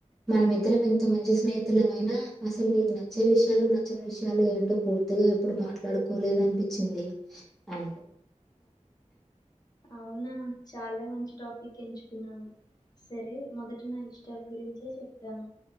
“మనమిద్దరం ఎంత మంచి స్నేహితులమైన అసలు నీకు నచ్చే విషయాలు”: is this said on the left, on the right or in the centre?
Centre